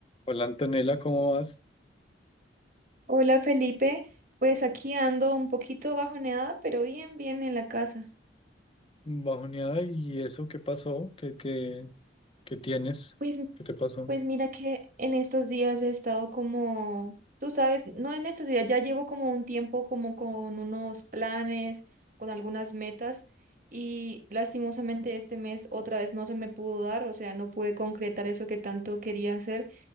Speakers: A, on the left; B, on the right.
A: Hola Antonella, ¿cómo vas?
B: Hola Felipe, pues aquí ando un poquito bajoneada, pero bien, bien en la casa.
A: Bajoneada, ¿y eso qué pasó? ¿Qué, qué, qué tienes?
B: Pues,
A: ¿Qué te pasó?
B: pues mira que en estos días he estado como, tú sabes, no en estos días, ya llevo como un tiempo como con unos planes, con algunas metas y lastimosamente este mes otra vez no se me pudo dar, o sea, no pude concretar eso que tanto quería hacer.